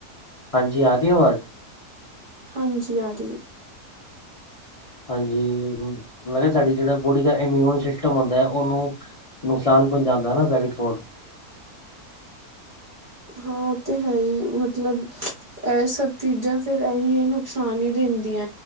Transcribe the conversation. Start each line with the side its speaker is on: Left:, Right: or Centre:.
Left: ਹਾਂਜੀ ਆ ਗਈ ਆਵਾਜ਼?
Right: ਹਾਂਜੀ ਆਦੀ ਐ।
Left: ਹਾਂਜੀ ਮੈ ਕਿਹਾ ਸਾਡੀ ਜਿਹੜਾ ਬੋਡੀ ਦਾ ਇਮਿਊਨ ਸਿਸਟਮ ਹੁੰਦਾ ਐ। ਉਹਨੂੰ ਨੁਕਸਾਨ ਪੁੰਚਾਉਦਾ ਨਾ ਪੈਕਟ ਫੂਡ
Right: ਹਾਂ ਉਹ ਤੇ ਹੈ ਹੀ ਮਤਲਬ ਇਹ ਸਭ ਚੀਜ਼ਾਂ ਫਿਰ ਇਹੀ ਨੁਕਸਾਨ ਹੀ ਦਿੰਦੀਆ